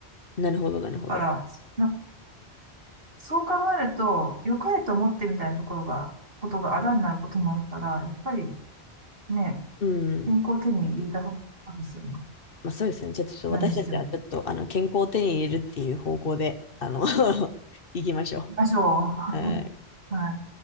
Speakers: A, on the left; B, on the right.
A: なるほど、なるほど。
B: から、なんかそう考えると、良かれと思ってみたいなところが、ことがあだになることもあるから、やっぱりね、
A: うん。
B: 健康を手に入れた方がいいですよね。
A: まあそうですね。じゃあちょっと私たちはちょっと、
B: 何しても。
A: あの、健康を手に入れるっていう方向で、あの <laughs> 行きましょ
B: ましょう。
A: う。はい
B: はい。